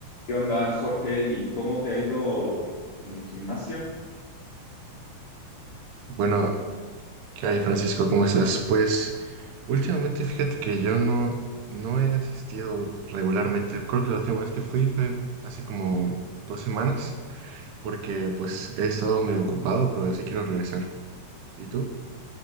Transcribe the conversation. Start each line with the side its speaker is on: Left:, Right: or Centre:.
Left: ¿Qué onda, Jorge? ¿Y cómo te ha ido en el gimnasio?
Right: Bueno, ¿qué hay, Francisco? ¿Cómo estás? Pues últimamente fíjate que yo no, no he asistido regularmente. Creo que la última vez que fui fue hace como dos semanas, porque pues he estado medio ocupado, pero sí quiero regresar. ¿Y tú?